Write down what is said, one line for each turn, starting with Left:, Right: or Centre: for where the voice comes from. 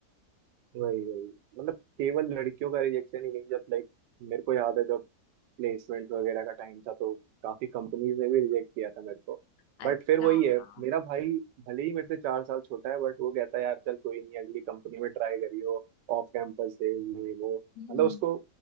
Right: वही वही मतलब केवल लड़कियों का रिजेक्शन ही नहीं जब लाइक मेरे को याद है जब प्लेसमेंट वगैरह का टाइम था तो काफी कंपनीज ने भी रिजेक्ट किया था मेरे को
Left: अच्छा
Right: बट फिर वही है
Left: हाँ
Right: मेरा भाई भले ही मेरे से चार साल छोटा है बट वो कहता है यार चल कोई नहीं अगली कंपनी में ट्राई करियो ऑफ कैंपस दे ये वो
Left: हम्म
Right: मतलब उसको